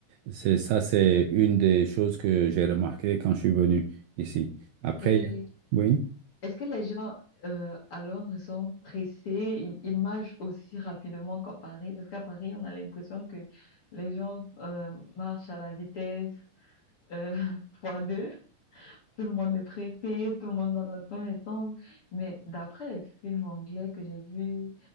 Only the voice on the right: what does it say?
c'est ça, c'est une des choses que j'ai remarqué quand je suis venu ici. Après,
il y a- oui.